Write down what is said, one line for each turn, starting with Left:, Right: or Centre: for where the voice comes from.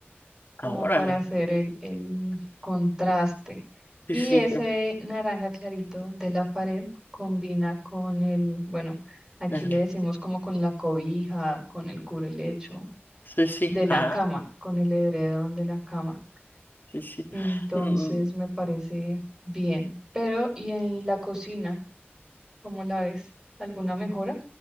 Left: ah,
Right: como
Left: órale.
Right: para hacer el, el contraste. Y
Left: Sí, sí,
Right: ese
Left: eh,
Right: naranja clarito de la pared combina con el, bueno, aquí
Left: eh,
Right: le decimos como con la cobija, con el cubrelecho
Left: sí, sí,
Right: de la
Left: ah,
Right: cama, con el edredón de la cama.
Left: sí, sí.
Right: Entonces
Left: Mm,
Right: me parece bien. Pero, ¿y en la cocina? ¿Cómo la ves? ¿Alguna mejora?